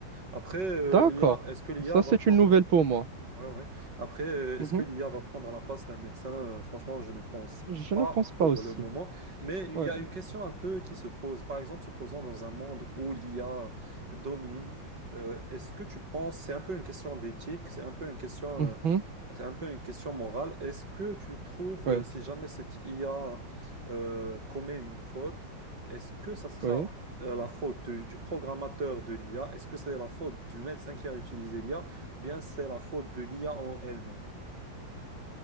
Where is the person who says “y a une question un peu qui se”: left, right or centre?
Right